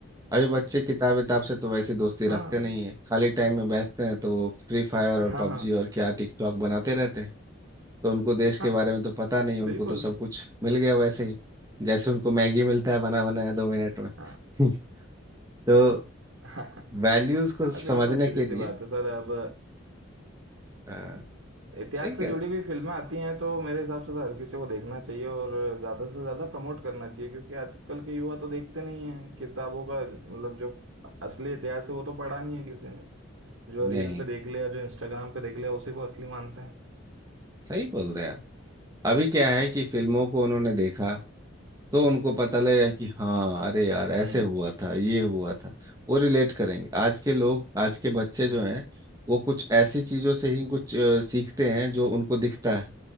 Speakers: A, on the right; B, on the right.
A: अभी बच्चे किताब विताब से तो वैसी दोस्ती रखते
B: हाँ
A: नहीं है खाली टाइम में बैठते हैं तो वो फ्री फायर और
B: हाँ
A: पबजी
B: हाँ
A: और क्या टिकटॉक बनाते रहते हैं तो उनको देश के
B: हाँ
A: बारे में तो पता नहीं उनको
B: बिल्कुल
A: तो सब कुछ मिल गया वैसे ही जैसे उनको मैगी मिलता है बना बनाया दो मिनट में
B: हाँ
A: <laughs> तो
B: <laughs>
A: वैल्यूज को
B: हाँ बिल्कुल
A: समझने
B: सीधी
A: के
B: सी
A: लिए
B: बात है सर अब
A: आ,
B: इतिहास
A: सही कह
B: से जुड़ी
A: रहे हैं।
B: हुई फिल्में आती हैं तो मेरे हिसाब से तो हर किसी को देखना चाहिए और ज़्यादा से ज़्यादा प्रमोट करना चाहिए क्योंकि आजकल के युवा तो देखते नहीं हैं किताबों का मतलब जो असली इतिहास है वो तो पढ़ा नहीं है किसी ने जो रील
A: नहीं
B: पे देख लिया जो इंस्टाग्राम पे देख लिया उसी को असली मानते हैं
A: सही बोल रहे हैं आप अभी क्या है कि फिल्मों को उन्होंने देखा तो उनको पता लगा कि हाँ अरे यार ऐसे
B: हम्म
A: हुआ था ये हुआ था वो रिलेट करेंगे आज के लोग आज के बच्चे
B: हम्म
A: जो हैं वो कुछ ऐसी चीजों से ही कुछ अ, सीखते हैं जो उनको दिखता है